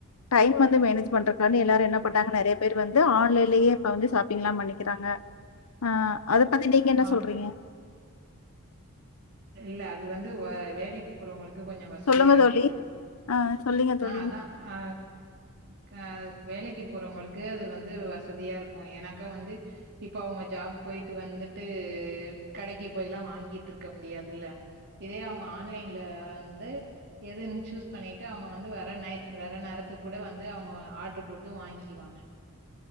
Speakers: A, on the left; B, on the right.
A: டைம் வந்து மேனேஜ் பண்றக்கான்டி எல்லாரு என்ன பண்டாங்க நெறைய பேர் வந்து ஆன்லைன்லேயே இப்ப வந்து ஷாப்பிங்லா பண்ணிக்கிறாங்க ஆ அத பத்தி நீங்க என்ன
B: ஆ
A: சொல்றீங்க
B: இல்ல அது வந்து வ வேலைக்கு போறவங்களுக்கு கொஞ்ச வசதியா
A: சொல்லுங்க
B: இருக்கு
A: தோழி ஆ சொல்லுங்க தோழி.
B: ஆ அதா அ க வேலைக்கு போறவுங்களுக்கு அது வந்து வசதியா இருக்கு எனக்கு வந்து இப்ப அவுங்க ஜாப் போயிட்டு வந்துட்டு கடைக்கு போய்லா வாங்கிட்டு இருக்க முடியாதுல்ல இதே அவுங்க ஆன்லைன்ல வந்து எதுன்னு சூஸ் பண்ணிட்டு அவுங்க வந்து வர நை வர நேரத்துக்கு கூட வந்து அவுங்க ஆர்ட்ரு போட்டு வாங்கிக்குவாங்க